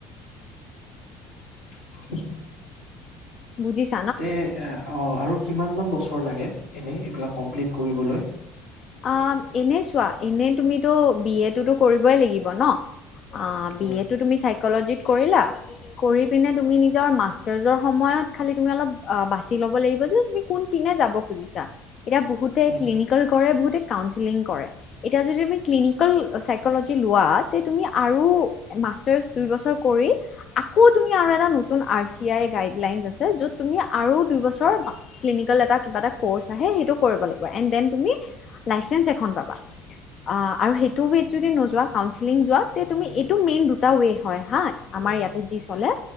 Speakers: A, on the left (about 85°); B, on the left (about 50°).
A: <unintelligible>
B: বুজিছ?
A: তে অঁ আৰু কিমান মান বছৰ লাগে এনেই এইবিলাক কমপ্লিট কৰিবলৈ?
B: অঁ, এনে চোৱা, এনে তুমিতো বি এ তোতো কৰিবই লাগিব ন। অঁ
A: উম
B: বি এ- তুমি চাইকোলজিত কৰিলা, কৰি পিনে তুমি নিজৰ মাষ্টাৰ্চৰ সময়ত খালি অলপ- অঁ, বাছি ল'ব লাগিব যে তুমি কোনপিনে যাব খুজিছা। এতিয়া বহুতে
A: উম
B: ক্লিনিকেল- কৰে, বহুতে কাউন্সিলিং কৰে। এতিয়া যদি তুমি ক্লিনিকেল চাইকোলজি লোৱা তে তুমি- আৰু মাষ্টাৰছ দুই বছৰ কৰি- আকৌ তুমি আৰু এটা নতুন আৰ চি আই গাইডলাইন আছে যত তুমি আৰু দুইবছৰ- ক্লিনিকেল এটা কিবা এটা কৰ্চ আহে, সেইটো কৰিব লাগিব এণ্ড ডেন তুমি লাইচেঞ্ছ এখন পাবা। আৰু সেইটো ৱেত যদি নোযোৱা, কাউন্সিলিং যোৱা তে তুমি এইটো মেইন ৰো- টা ৱে হয় হা, আমাৰ ইয়াতে যি চলে।